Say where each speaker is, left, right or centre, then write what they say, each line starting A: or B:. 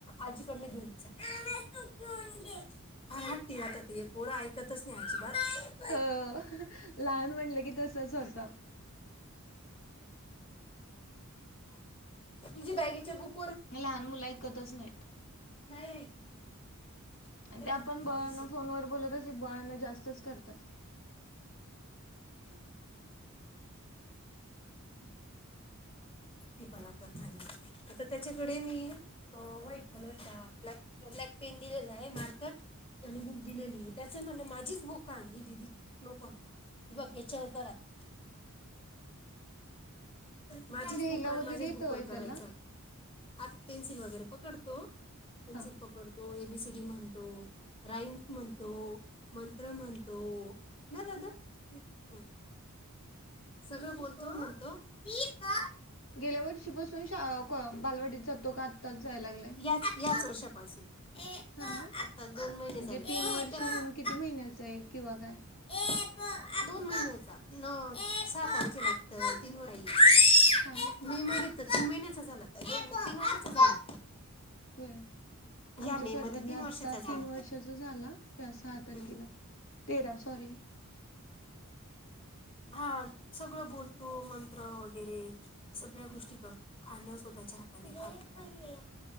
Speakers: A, on the left (about 25°); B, on the left (about 60°).
A: आजीकडनं घेऊनचा <unintelligible> फार हट्टी आता ते पोर ऐकतच नाही अजिबात. <unintelligible>
B: हो लहान म्हटलं की तसच होत.
A: तुम बॅगेच्या बुक. <unintelligible>
B: हे लहान मुलं ऐकतच नाहीत.
A: नाही. त्याला
B: आणि ते आपण
A: बुक
B: बळणं
A: पाहिजे
B: फोनवर बोलत असली बळणं जास्तच करतात.
A: <inaudible> ती बलात्कार झाले. आता त्याच्याकडे मी अ व्हाईट कलरचा ब्लॅक ब्लॅक पेन दिलेला आहे मार्कर त्यांनी बुक दिलेली त्याच म्हण माझीच बुक आणली दिदीची नको आणू. बघ य चळकर आता माझीच
B: लिहायला
A: बुक आण
B: वगैरे
A: माझ्याच
B: येतं
A: बुक
B: होय
A: वर करायचं
B: त्याला?
A: अता. आत पेन्सिल वगैरे पकडतो पेन्सिल
B: हा.
A: पकडतो ए बी सी डी म्हणतो. राईम्स म्हणतो मंत्र म्हणतो. ना दादा? हं. सगळं बोलतो म्हणतो. मी प
B: गेल्या वर्षीपासून शा कॉ बालवाडीत जातो का आत्ताच जाय लागलाय?
A: याच याच वर्षापासून आताच
B: हा.
A: दोन महिने
B: म्हणजे
A: झाले
B: तीन वर्ष
A: ना
B: होऊन
A: त्या
B: किती महिन्याचं आहे किंवा काय?
A: एक दोन महिन्याचा न सहा तारखे लागत तीन वेळा
B: हा हा.
A: मी मारत तर तीन महिन्याचा झाला तीन वर्षाचा झाला.
B: होय
A: ह्या
B: आमचा
A: मे
B: सर्वज्ञ
A: मध्ये तीन
B: आता
A: वर्षाचा झाला
B: तीन वर्षाचा झाला या सहा तारखेला.
A: हम्म.
B: तेरा सॉरी.
A: हा सगळं बोलतो मंत्र वगैरे सगळ्या गोष्टी करतो खाण स्वतःच्या हाताने खातो.